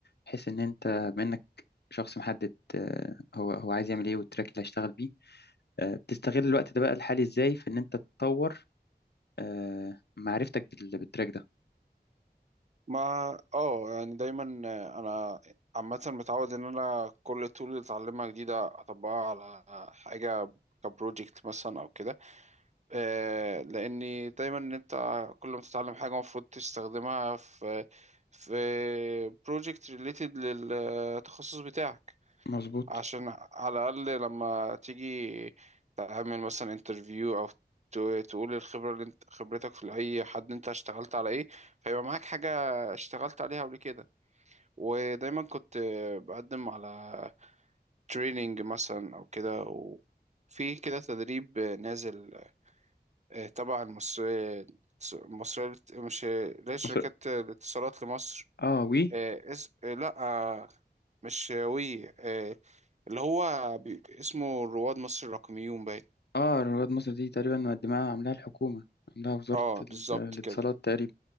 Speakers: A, on the left; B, on the right.
A: بحيث ان انت بما انك شخص محدد أه، هو هو عايز يعمل ايه والتراك اللي هيشتغل بيه أه، بتستغل الوقت ده بقى الحالي ازاي في ان انت تطور أه، معرفتك بال- بالتراك ده
B: ما اه يعني دايما انا عامة متعود ان انا كل طول اللي اتعلمها جديدة اطبقها على حاجة كبروجكت مثلا او كده آه، لاني دايما ان انت كل ما تتعلم حاجة المفروض تستخدمها في في بروجكت ريليتد للتخصص بتاعك
A: مظبوط
B: عشان على الأقل لما تيجي تعمل مثلا انترفيو أو ت- تقول الخبرة اللي انت خبرتك في أي حد انت اشتغلت على ايه فيبقى معاك حاجة اشتغلت عليها قبل كده ودايما كنت بقدم على تريننج مثلا أو كده وفي كده تدريب نازل اه، تبع المصرية المصرية للت- مش لا شركات
A: مثلا
B: الاتصالات لمصر
A: اه و
B: اه، اس- اه، لا آه، مش وي آه، اللي هو بي... اسمه رواد مصر الرقميون باين
A: اه رواد مصر دي تقريبا مقدمها عاملاها الحكومة عاملاها وزارة
B: اه
A: ال-
B: بالظبط
A: الاتصالات
B: كده
A: تقريبا